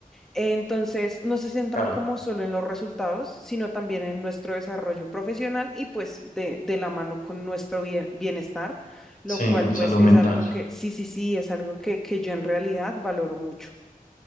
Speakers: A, in the centre; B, on the left.
A: Entonces, no se centran
B: claro.
A: como solo en los resultados, sino también en nuestro desarrollo profesional y pues de, de la mano con nuestro bien- bienestar, lo
B: Sí,
A: cual
B: con
A: pues
B: salud
A: es
B: mental.
A: algo que, sí, sí, sí, es algo que, que yo en realidad valoro mucho.